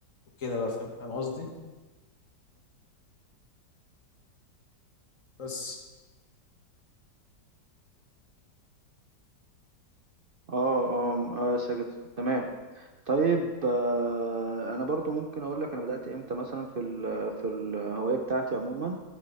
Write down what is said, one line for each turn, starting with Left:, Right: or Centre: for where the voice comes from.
Left: وكده بقى فاهم فاهم قصدي بس
Right: اه اه آه يا ساجد تمام طيب آه، انا برضو ممكن اقول لك انا بدأت امتى مثلا في ال- في الهواية بتاعتي عموما